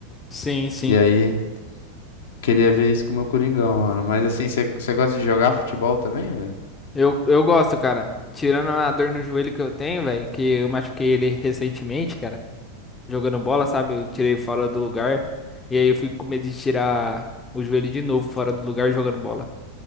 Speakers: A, on the left; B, on the left.
A: sim, sim.
B: E aí, queria ver isso com o meu Coringão, mano. Mas assim, você você gosta de jogar futebol também, velho?
A: Eu, eu gosto, cara. Tirando a dor no joelho que eu tenho, velho, que eu machuquei ele recentemente, cara. jogando bola, sabe? Eu tirei fora do lugar. E aí eu fico com medo de tirar o joelho de novo fora do lugar jogando bola.